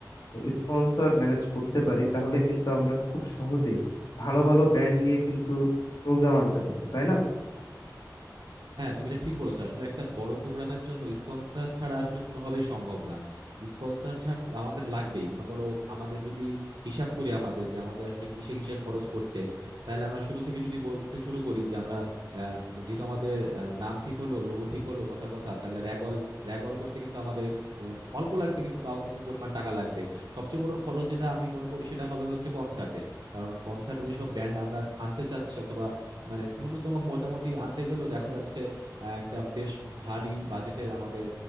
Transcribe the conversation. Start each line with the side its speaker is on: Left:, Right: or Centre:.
Left: স্পন্সর ম্যানেজ করতে পারি তাহলে কিন্তু আমরা খুব সহজেই ভালো ভালো ব্যান্ড নিয়ে কিন্তু প্রোগ্রাম আনতে পারবো তাই না
Right: হ্যাঁ তুমি এটা ঠিক বলেছো আসলে একটা বড় প্রোগ্রামের জন্য স্পন্সর ছাড়া আসলে কোনোভাবেই সম্ভব না স্পন্সর ছাড়া আমাদের লাগবেই মনে করো আমাদের যদি হিসাব করি আমাদের যে আমাদের আসলে কিসে কিসে খরচ পড়ছে তাহলে আমরা শুরু থেকে যদি বলতে শুরু করি যে আমরা আহ, যেহেতু আমাদের আহ, নাম ঠিক হলো লোগো ঠিক হলো কথার কথা তাহলে র্যাগল র্যাগল করতে কিন্তু আমাদের আহ, অল্প লাগবে কিন্তু তাও কিছু পরিমাণ টাকা লাগবে সবচেয়ে বড় খরচ যেটা আমি মনে করি সেটা হবে হচ্ছে কনসার্টে কারণ কনসার্টে যেসব ব্যান্ড আমরা আনতে চাচ্ছি অথবা মানে ন্যূনতম মোটামুটি আনতে গেলেও দেখা যাচ্ছে আহ, একটা বেশ ভারী বাজেটের আমাদের